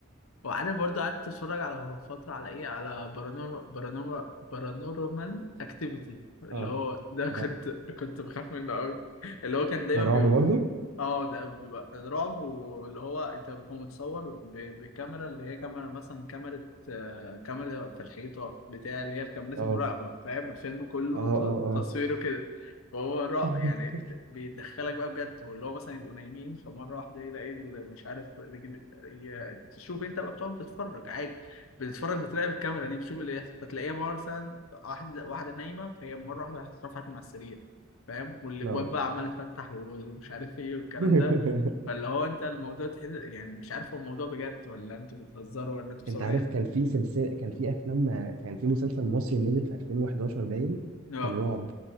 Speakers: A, on the left (about 75°); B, on the right (about 85°).
A: وعارف برضه قعدت اتفرج على فترة على ايه على بارانورمال بارانورمال بارانورمال اكتيفيتي اللي
B: اه
A: هو ده كنت
B: ده
A: كنت بخاف منه قوي اللي هو كان دايما
B: ده
A: بي...
B: رعب برضه
A: اه ده بيبقى رعب واللي هو انت هو متصور ب- بكاميرا اللي هي كاميرا مثلا كاميرا آه، كاميرا في الحيطة بتاع اللي هي الكاميرات
B: اه
A: المراقبة فاهم الفيلم كله
B: اه اه
A: ت-
B: اه
A: تصويره كده فهو رع
B: <laughs>
A: يعني بت- بيدخلك بقى بجد واللي هو مثلا يبقوا نايمين فمرة واحدة يلاقي ال- مش عارف رجل ي- تشوف انت بقى بتقعد بتتفرج عادي بتتفرج بتراقب الكاميرا دي بتشوف اللي هي- فتلاقيها مثلا واحدة واحدة نايمة فهي مرة واحدة رفعت من على السرير فاهم والابواب
B: اه
A: بقى عماله تفتح ومش عارف ايه والكلام
B: <laughs>
A: ده فاللي هو انت الموضوع تحس يعني مش عارف هو الموضوع بجد ولا انتوا بتهزروا ولا انتوا مصورين
B: انت عارف كان في سلسله كان في افلام كان في مسلسل مصري نزل في 2011 باين
A: اه
B: كان رعب